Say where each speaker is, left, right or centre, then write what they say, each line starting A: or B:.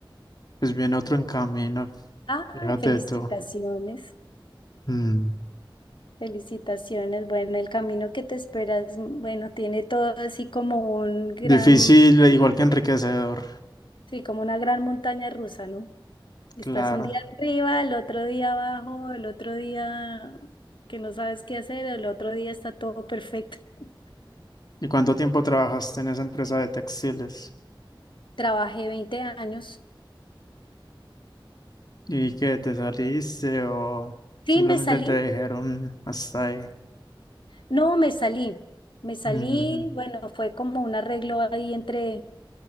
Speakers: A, on the left (about 50°); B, on the left (about 70°).
A: pues viene otro en camino.
B: Ah,
A: Fíjate
B: felicitaciones,
A: tú. Mm,
B: felicitaciones. Bueno, el camino que te esperas, mm, bueno, tiene todo así como un gran,
A: difícil, igual que enriquecedor.
B: sí, como una gran montaña rusa, ¿no? Estás
A: Claro.
B: un día arriba, el otro día abajo, el otro día que no sabes qué hacer, el otro día está todo perfecto. <laughs>
A: ¿Y cuánto tiempo trabajaste en esa empresa de textiles?
B: Trabajé 20 años.
A: ¿Y que te saliste o
B: Sí,
A: simplemente
B: me salí,
A: te dijeron hasta ahí?
B: No, me salí, me salí,
A: Mm,
B: bueno, fue como un arreglo ahí entre,